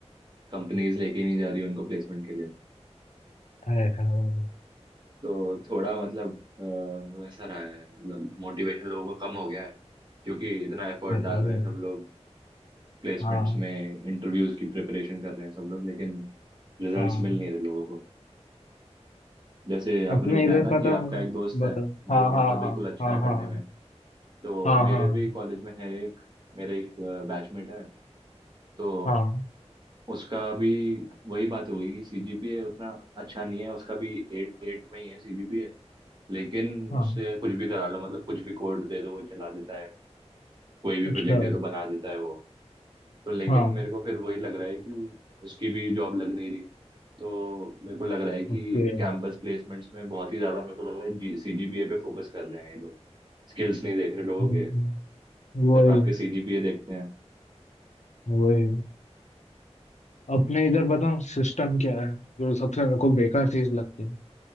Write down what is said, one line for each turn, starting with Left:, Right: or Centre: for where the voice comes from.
Right: कंपनीज लेके ही नहीं जा रही उनको प्लेसमेंट के लिए
Left: है है है,
Right: तो थोड़ा मतलब अ, वैसा रहा है मतलब मोटिवेशन लोगों का कम हो गया है क्योंकि इतना एफर्ट डाल
Left: है,
Right: रहे हैं सब लोग प्लेसमेंट्स
Left: हाँ
Right: में इंटरव्यूज की प्रिपरेशन कर रहे हैं सब लोग लेकिन रिजल्ट्स
Left: हाँ
Right: मिल नहीं रहे लोगों को जैसे आपने
Left: अपने
Right: बताया
Left: इधर
Right: ना कि
Left: पता हूँ
Right: आपका एक दोस्त
Left: बताओ
Right: है जो
Left: हाँ
Right: मतलब
Left: हाँ
Right: बिल्कुल अच्छा
Left: हाँ
Right: है करने
Left: हाँ हाँ
Right: में तो
Left: हाँ
Right: मेरे
Left: हाँ हाँ
Right: भी कॉलेज में है एक मेरे एक बैचमेट है तो
Left: हाँ हाँ
Right: उसका अभी वही बात हो गई कि सीजीपीए उतना अच्छा नहीं है उसका भी एट एट में ही है सीजीपीए लेकिन
Left: हाँ
Right: उससे कुछ भी करा लो मतलब कुछ भी कोड दे दो वो चला देता है कोई भी
Left: अच्छा
Right: प्रोजेक्ट दे दो बना देता है वो तो लेकिन
Left: हाँ
Right: मेरे को फिर वही लग रहा है कि उसकी भी जॉब लग नहीं रही तो मेरे को लग रहा है कि
Left: ओके
Right: कैंपस प्लेसमेंट्स में बहुत ही ज्यादा मेरे को लग रहा है जी सीजीपीए पे फोकस कर रहे हैं ये लोग स्किल्स नहीं देख रहे लोगों
Left: हम्म,
Right: के
Left: वही
Right: सिर्फ आपके सीजीपीए देखते हैं
Left: वही अपने इधर बताऊं सिस्टम क्या है जो सबसे मेरे को बेकार चीज लगती है